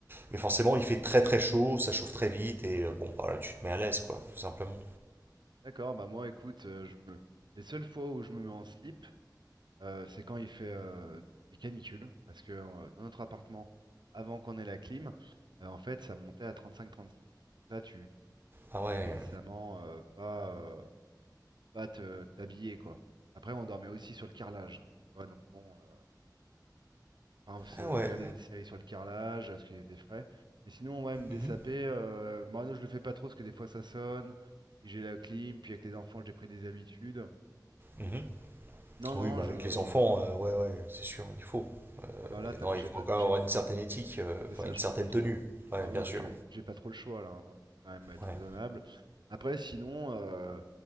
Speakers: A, on the right; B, on the right.
A: mais forcément, il fait très très chaud, ça chauffe très vite, et euh, bon, bah là, tu te mets à l'aise, quoi, tout simplement.
B: D'accord, bah moi, écoute, euh, je me... Les seules fois où je me mets en slip, euh, c'est quand il fait euh, des canicules, parce que euh, dans notre appartement, avant qu'on ait la clim, euh, en fait, ça montait à 35-36. Donc là, tu, tu
A: Ah
B: peux
A: ouais,
B: décemment euh, pas, euh, pas te t'habiller, quoi. Après, on dormait aussi sur le carrelage, tu vois, donc bon, euh, enfin, on se-
A: ah
B: on
A: ouais.
B: regardait des séries sur le carrelage, parce qu'il faisait frais. Mais sinon, ouais, me dessaper,
A: Mhm.
B: euh, moi, non, je le fais pas trop, parce que des fois, ça sonne, puis j'ai la clim, puis avec les enfants, j'ai pris des habitudes.
A: Mhm.
B: Non,
A: Oui,
B: non,
A: mais
B: je...
A: avec les enfants, euh, ouais, ouais, c'est sûr, il faut.
B: Ah bah
A: Euh,
B: là, t'as-
A: non,
B: j'ai
A: il faut
B: pas,
A: quand même
B: j'ai-
A: avoir une certaine éthique, euh,
B: C'est
A: enfin
B: ça,
A: une
B: je
A: certaine
B: peux pas trop.
A: tenue,
B: hein.
A: ouais,
B: Ah non,
A: bien sûr.
B: j'ai j'ai pas trop le choix là. hein. Faut quand même être
A: Ouais.
B: raisonnable. Après, sinon, euh,